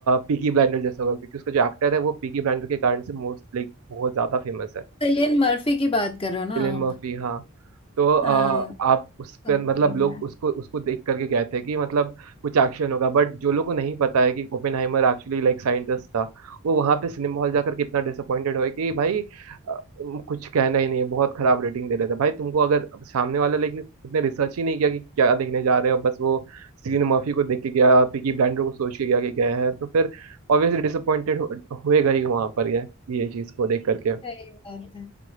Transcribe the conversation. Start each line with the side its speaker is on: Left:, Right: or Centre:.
Right: पीकी ब्लाइंडर जैसा होगा क्योंकि उसका जो एक्टर है वो पीकी ब्लाइंडर के कारण से मोस्ट लाइक बहुत ज्यादा फेमस है
Left: सिलियन मर्फी की बात करो ना
Right: एलियन
Left: आप
Right: मर्फी हाँ तो अ,
Left: हाँ
Right: आप उस
Left: समझी
Right: पर मतलब लोग
Left: मैं
Right: उसको उसको देख करके गए थे कि मतलब कुछ एक्शन होगा बट जो लोगों को नहीं पता है कि ओपेनहाइमर एक्चुअली लाइक साइंटिस्ट था वो वहां पे सिनेमा हॉल जाकर के इतना डिसअपॉइंटेड हुए कि भाई अ, कुछ कहना ही नहीं है बहुत खराब रेटिंग दे रहे थे भाई तुमको अगर सामने वाला लेकिन उसने रिसर्च ही नहीं किया कि क्या देखने जा रहे हो बस वो सीन मर्फी को देख के गया पिकी ब्लाइंडर को सोच के गया कि गया है तो फिर ऑब्वियसली डिसअपॉइंटेड हुएगा ही वहां पर ये ये चीज को देख करके
Left: सही बात है